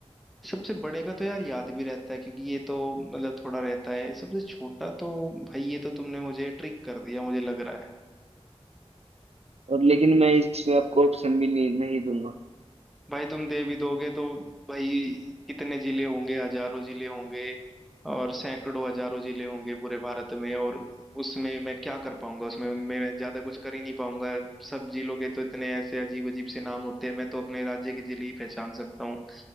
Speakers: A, in the centre; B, on the right (about 70°).
A: सबसे बड़े का तो यार याद भी रहता है क्योंकि ये तो मतलब थोड़ा रहता है सबसे छोटा तो भाई ये तो तुमने मुझे ट्रिक कर दिया मुझे लग रहा है
B: और लेकिन मैं इसमें आपको ऑप्शन भी नहीं नहीं दूंगा
A: भाई तुम दे भी दोगे तो भाई कितने जिले होंगे हजारों जिले होंगे और सैकड़ों हजारों जिले होंगे पूरे भारत में और उसमें मैं क्या कर पाऊंगा उसमें मैं ज्यादा कुछ कर ही नहीं पाऊंगा सब जिलों के तो इतने ऐसे अजीब अजीब से नाम होते हैं मैं तो अपने राज्य के जिले ही पहचान सकता हूँ